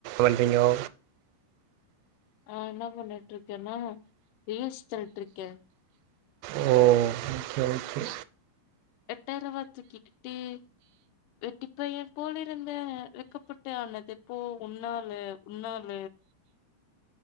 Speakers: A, on the right (about 85°); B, on the left (about 80°).
A: வன்டிங்கோ
B: ஆ என்ன பண்ணட்டு இருக்கேன்னா ரியல்ஸ் தல்ட்ருக்கே
A: ஓ ஓகே ஓகே
B: எட்டரவாத்துக் கி ட்டி வெட்டிப்பய போல் இருந்தே வெக்கப்பட்டு ஆனதுப்போ உன்னால உன்னால